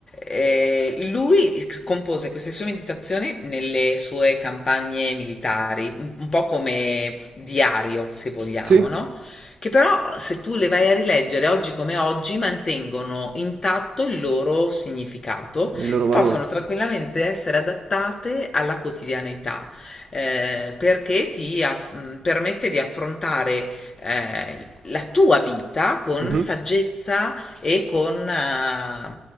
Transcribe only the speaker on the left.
Eh, lui compose queste sue meditazioni nelle sue campagne militari, un un po' come diario, se vogliamo,
no? Che però, se tu le vai a rileggere oggi come oggi, mantengono intatto il loro significato
e
possono tranquillamente essere adattate alla quotidianità eh, perché ti aff- mm, permette di affrontare eh, la tua vita con
saggezza e con eh,